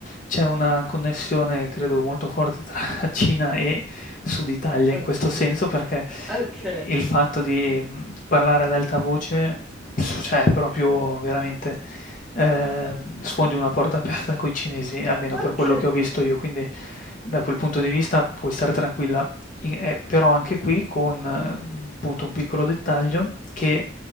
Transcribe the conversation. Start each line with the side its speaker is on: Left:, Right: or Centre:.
Left: c'è una connessione credo molto forte tra <laughs> Cina e Sud Italia
Centre: Ok,
Left: in questo senso, perché i
Centre: ok,
Left: il fatto di, mhmm, parlare ad alta voce, s- cioè è proprio veramente, ehm, sfondi
Centre: <laughs>
Left: una porta aperta coi cinesi, almeno
Centre: ok,
Left: per quello che ho visto io, quindi da quel punto di vista puoi star tranquilla. I ehm, però anche qui con, mhmm, appunto un piccolo dettaglio, che